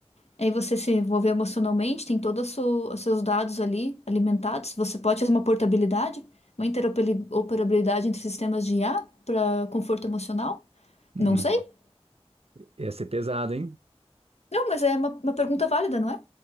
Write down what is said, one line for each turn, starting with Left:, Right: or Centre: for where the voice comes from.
Left: aí você se envolver emocionalmente, tem todos os seu- os seus dados ali alimentados. Você pode fazer uma portabilidade, uma interoperabilidade entre sistemas de I A para conforto emocional?
Right: Não.
Left: Não sei.
Right: ia ser pesado, hein?
Left: Não, mas é uma, uma pergunta válida, não é?